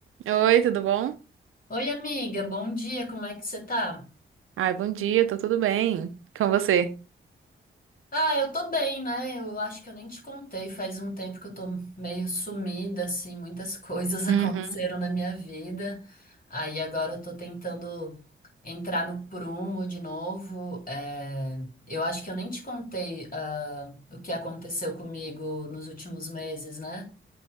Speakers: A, on the right; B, on the left.
A: Oi, tudo bom?
B: Oi, amiga, bom dia, como é que você tá?
A: Ai, bom dia, tô tudo bem. Com você?
B: Ah, eu tô bem, né? Eu acho que eu nem te contei, faz um tempo que eu tô meio sumida, assim, muitas coisas <laughs> aconteceram
A: Uhum.
B: na minha vida. Aí agora eu tô tentando entrar no prumo de novo. É, Eu acho que eu nem te contei, ah, o que aconteceu comigo nos últimos meses, né?